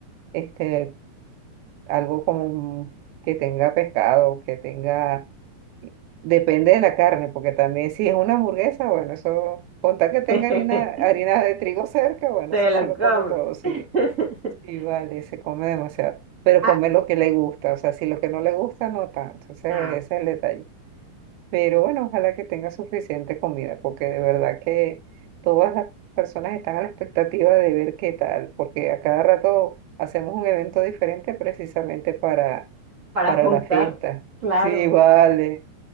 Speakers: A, on the right (about 90°); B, on the right (about 25°).
A: este, algo como un- que tenga pescado, que tenga Depende de la carne, porque también si es una hamburguesa, bueno, eso, contar que
B: <laughs>
A: tenga
B: Se
A: harina, harina de trigo cerca, bueno, eso
B: lo
A: se lo
B: come.
A: come todo, sí,
B: <laughs>
A: sí, vale, se come demasiado, pero
B: Ah,
A: come lo que le gusta, o sea, si lo que no le gusta, no tanto, ese,
B: ah,
A: ese es el detalle. Pero bueno, ojalá que tenga suficiente comida, porque de verdad que todas las personas están a la expectativa de ver qué tal, porque a cada rato hacemos un evento diferente precisamente para,
B: Para
A: para
B: juntar,
A: la fiesta.
B: claro.
A: Sí, vale.